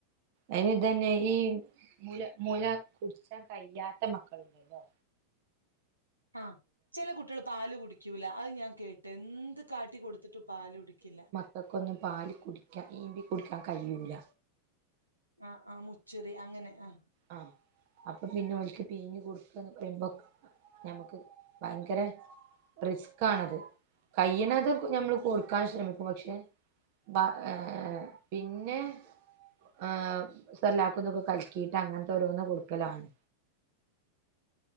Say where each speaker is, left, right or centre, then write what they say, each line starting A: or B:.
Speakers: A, on the right (about 45°); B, on the right (about 85°).
A: അയ്നിതന്നെ ഈ മുല മുല കുടിച്ചാൻ കയ്യാത്ത മക്കള്ണ്ടല്ലോ
B: ആഹ് ചെല കുട്ട്യേള് പാല് കുടിക്കൂല അത് ഞാൻ കേ ട്ടെന്ത് കാട്ടി കൊടുത്ത്ട്ടും പാല് കുടിക്കില്ല.
A: ഇവക്കൊന്നും പാല് കുടിക്ക ഈമ്പി കുടിക്കാൻ കയ്യൂല്ല.
B: ആഹ് ആഹ് മുച്ഛിറി അങ്ങനെ ആഹ്
A: ആഹ് അപ്പൊ പിന്നെ ഓൽക്ക് പീഞ്ഞ് കൊടുക്കാന്ന് പറയുമ്പോ ഞമ്മക്ക് ഭയങ്കര റിസ്ക്കാണത്. കയ്യിണതും
B: ഉം
A: ഞമ്മൾ കൊടുക്കാൻ ശ്രമിക്കും പക്ഷെ ബ ഏഹ്
B: ഉം
A: പിന്നെ ഏഹ് സെർലാക്കുതൊക്കെ കലിക്കീട്ട് അങ്ങൻത്തോരോന്ന് കൊടുക്കലാണ്.